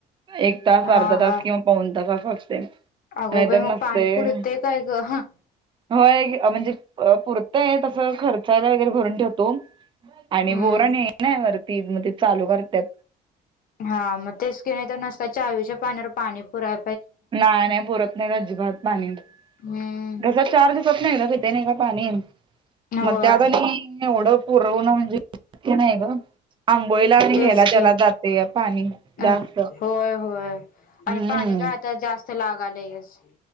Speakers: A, on the right; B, on the left.
A: एक तास,
B: हा
A: अर्धा
B: हा
A: तास किंवा पाऊण तास असं असते.
B: अगो
A: नाहीतर
B: बाई, मग
A: नसतय.
B: पाणीपुरते काय गं? ह
A: होय, म्हणजे पुरतंय तसं, खर्चायला वगैरे भरून ठेवतो.
B: हम्म.
A: आणि बोरण ये नाही वरती, मग ते चालू करतात.
B: हा, मग तेच का नाही तर नुसता चावीच्या पाण्यावर पाणी पुरा
A: ना, नाही पुरत नाही अजिबात पाणी कसंच.
B: हम्म
A: चार दिवसात एकदाच येतं ना पाणी,
B: होय
A: मग त्यात आणि एवढं. पुरवण म्हणजे हे नाही ग. आंघोळीला आणि
B: तेच
A: घ्यायला त्याला
B: की.
A: जातेय पाणी
B: अ
A: जास्त.
B: होय, होय, आणि
A: हम्म.
B: पाणी काय आता जास्त लागायलंयच.